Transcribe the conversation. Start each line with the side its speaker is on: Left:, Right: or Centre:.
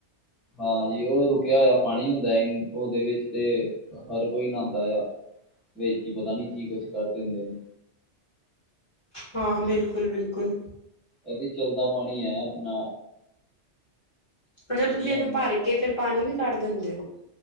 Centre: ਹਾਂ ਜੀ ਓ ਰੁਕਿਆਂ ਹੋਇਆ ਪਾਣੀ ਹੁੰਦਾ ਏ ਨ ਓਦੇ ਵਿੱਚ ਤੇ ਹ ਹਰ ਕੋਈ ਨਾਂਦਾ ਯਾ। ਵੇਚ ਈ ਪਤਾ ਨੀ ਕੀ ਕੁੱਛ ਕਰ ਦਿੰਦੇ ਨੇ।
Left: ਹਾਂ-ਹਾਂ ਬਿਲਕੁਲ-ਬਿਲਕੁਲ।
Centre: ਐ ਤੇ ਚਲਦਾ ਪਾਣੀ ਐ ਅਪਣਾ
Left: ਅੱਛਾ ਤੁਸੀਂ
Centre: ਵਧੀਆ
Left: ਇਹਨੂੰ
Centre: ਰੈਂਦਾ
Left: ਭਰ
Centre: ਨਾਲ।
Left: ਕੇ ਫਿਰ ਪਾਣੀ ਵੀ ਕੱਢ ਦਿੰਦੇ ਓ?